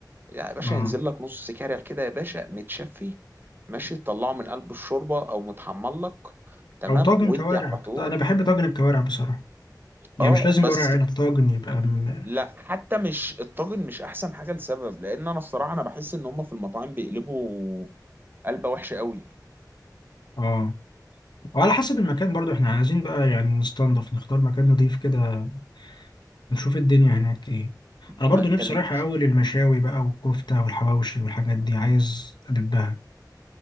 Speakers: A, on the right; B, on the left.
A: يا باشا
B: اه
A: ينزل لك نص كارع كده يا باشا متشفي ماشي تطلعه من قلب الشوربة او متحمر لك تمام
B: او طاجن
A: ودي
B: كوارع
A: على طول
B: انا بحب طاجن الكوارع بصراحه يعني
A: اه
B: مش لازم
A: بس
B: ورق عنب طاجن يبقى من...
A: لا حتى مش الطاجن مش احسن حاجة لسبب لان انا الصراحة انا بحس ان هما في المطاعم بيقلبوا قلبة وحشة قوي
B: اه وعلى حسب المكان برضو احنا عايزين بقى يعني نستنضف نختار مكان نضيف كده نشوف الدنيا هناك ايه انا برضو
A: ما انت
B: نفسي
A: الم...
B: رايح اول المشاوي بقى والكفتة والحواوشي والحاجات دي عايز ادبها